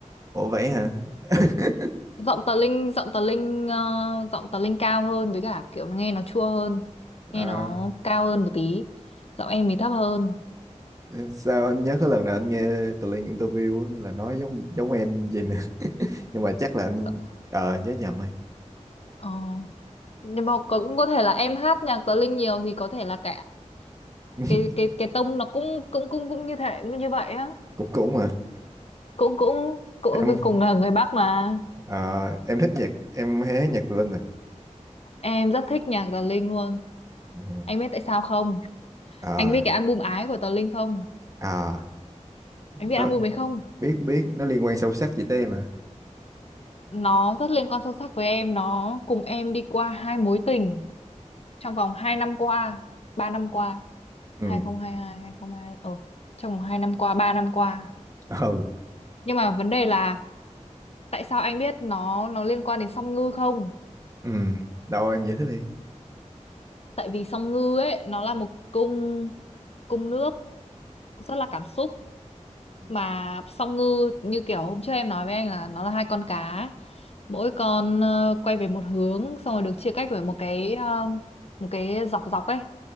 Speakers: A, on the right; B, on the left.
A: Ủa vậy hả? <laughs>
B: Giọng Tờ Linh, giọng Tờ Linh, ờ, giọng Tờ Linh cao hơn với cả kiểu nghe nó chua hơn, nghe
A: À,
B: nó cao hơn một tí. Giọng em thì thấp hơn.
A: sao anh nhớ cái lần nào anh nghe tụi Linh interview á, là nói giống giống em gì nè <laughs> nhưng mà chắc là anh
B: Giọng,
A: ờ nhớ nhầm ấy
B: ờ. nhưng mà có- cũng có thể là em hát nhạc Tờ Linh nhiều thì có thể là cả
A: <laughs>
B: cái cái cái tông nó cũng cũng cũng cũng như thế như vậy á
A: cũng cũng mà
B: cũng cũng cũng
A: em
B: cùng là người Bắc mà
A: ờ, em thích nhạc em hay hát nhạc tụi Linh à
B: em rất thích nhạc Tờ Linh luôn
A: ừ.
B: anh biết tại sao không
A: ờ
B: anh biết cái album Ái của Tờ Linh không
A: ờ
B: anh biết
A: Đó,
B: album ấy không
A: biết biết nó liên quan sâu sắc gì tới em à
B: nó rất liên quan sâu sắc với em nó cùng em đi qua hai mối tình trong vòng hai năm qua ba năm qua
A: ừ
B: 2022 2022 ở trong vòng hai năm qua ba năm qua
A: ừ
B: nhưng mà vấn đề là Tại sao anh biết nó nó liên quan đến Song Ngư không?
A: ừ đâu em giải thích đi
B: Tại vì Song Ngư ấy nó là một cung cung nước rất là cảm xúc
A: Ừ.
B: mà Song Ngư như kiểu hôm trước em nói với anh là nó là hai con cá. Mỗi con ờ, quay về một hướng xong rồi được chia cách bởi một cái ờ, một cái dọc dọc ấy